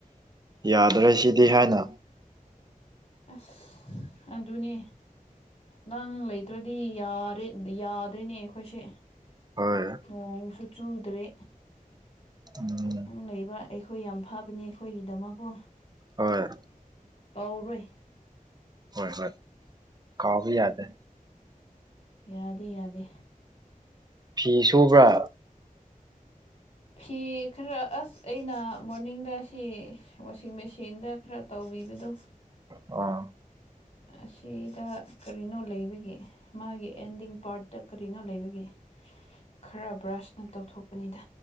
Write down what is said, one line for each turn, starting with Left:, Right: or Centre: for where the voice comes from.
Right: ꯌꯥꯗ꯭ꯔꯦ ꯁꯤꯗꯤ ꯍꯥꯏꯅ
Left: ꯑꯁ ꯑꯗꯨꯅꯦ ꯅꯪ ꯂꯩꯇ꯭ꯔꯗꯤ ꯌꯥꯔꯦ ꯌꯥꯗ꯭ꯔꯤꯅꯦ ꯑꯩꯈꯣꯏꯁꯦ
Right: ꯍꯣꯏ
Left: ꯅꯣꯡꯁꯨ ꯆꯨꯗ꯭ꯔꯦ
Right: ꯎꯝ
Left: ꯅꯪ ꯂꯩꯕ ꯑꯩꯈꯣꯏ ꯌꯥꯝ ꯐꯕꯅꯤ ꯑꯩꯈꯣꯏꯒꯤꯗꯃꯛꯀꯣ
Right: ꯍꯣꯏ
Left: ꯀꯧꯔꯨꯏ
Right: ꯍꯣꯏ ꯍꯣꯏ ꯀꯥꯎꯕ ꯌꯥꯗꯦ
Left: ꯌꯥꯗꯦ ꯌꯥꯗꯦ
Right: ꯐꯤ ꯁꯨꯕ꯭ꯔꯥ
Left: ꯐꯤ ꯈꯔ ꯑꯁ ꯑꯩꯅ ꯃꯣꯔꯅꯤꯡꯗ ꯁꯤ ꯋꯥꯁꯤꯡ ꯃꯦꯆꯤꯟꯗ ꯈꯔ ꯇꯧꯕꯤꯕꯗꯣ
Right: ꯑꯣ
Left: ꯑꯁꯤꯗ ꯀꯔꯤꯅꯣ ꯂꯩꯕꯒꯤ ꯃꯥꯒꯤ ꯑꯦꯟꯗꯤꯡ ꯄꯥ꯭ꯔꯠꯇ ꯀꯔꯤꯅꯣ ꯂꯩꯕꯒꯤ ꯈꯔ ꯕ꯭ꯔꯁꯅ ꯇꯧꯊꯣꯛꯄꯅꯤꯗ